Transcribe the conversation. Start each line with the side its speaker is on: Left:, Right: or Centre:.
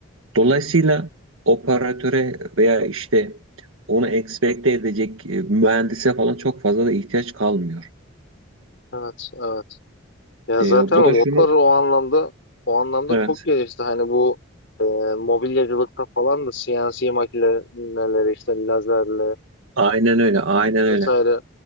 Right: Dolayısıyla operatöre veya işte onu ekspekte edecek e, mühendise falan çok fazla da ihtiyaç kalmıyor.
Left: Evet. Evet. Ya
Right: E,
Left: zaten
Right: bu
Left: robotlar
Right: da şunu
Left: o anlamda o anlamda
Right: evet
Left: çok gelişti. Hani bu e, mobilyacılıkta falan da CNC makineleri işte lazerle
Right: aynen öyle aynen öyle.
Left: vesaire